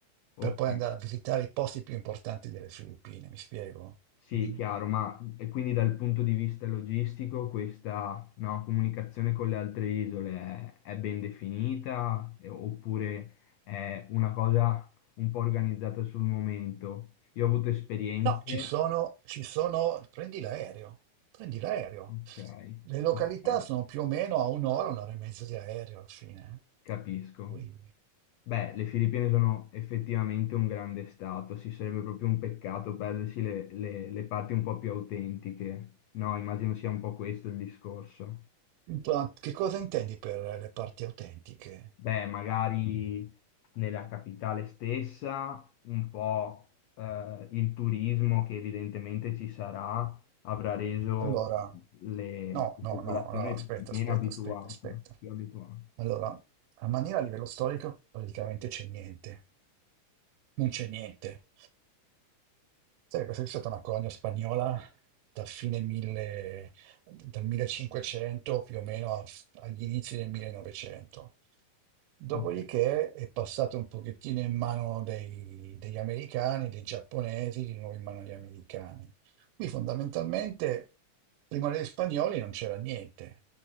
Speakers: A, on the left; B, on the right.
A: ok.
B: per poi andare a visitare i posti più importanti delle Filippine, mi spiego?
A: Sì,
B: Mm?
A: chiaro, ma e quindi dal punto di vista logistico questa, no, comunicazione con le altre isole è, è ben definita E- oppure è una cosa un po' organizzata sul momento? Io ho avuto esperienze...
B: No, ci sono, ci sono, prendi l'aereo, prendi l'aereo.
A: Ok,
B: Le località
A: ok,
B: sono più o meno a un'ora, un'ora e mezza di aereo alla fine.
A: capisco.
B: Ui.
A: Beh, le Filippine sono effettivamente un grande stato, sì, sarebbe proprio un peccato perdersi le, le- le parti un po' più autentiche. No, immagino sia un po' questo il discorso.
B: Ma Che cosa intendi per le parti autentiche?
A: Beh, magari nella capitale stessa, un po' eh, il turismo che evidentemente ci sarà avrà reso
B: Allora,
A: le,
B: no,
A: la
B: no,
A: popolazione
B: no, no, aspetta,
A: meno
B: aspetta,
A: abituata,
B: aspetta, aspetta.
A: più abituata.
B: Allora, a maniera a livello storico praticamente c'è niente. Non c'è niente. Sai, questa è stata una colonia spagnola da fine 1000 dal 1500 più o meno a- agli inizi del 1900. Dopodiché
A: Ok,
B: è passata un pochettino in mano dei- degli americani, dei giapponesi, di nuovo in mano agli americani. Qui fondamentalmente, prima degli spagnoli non c'era niente,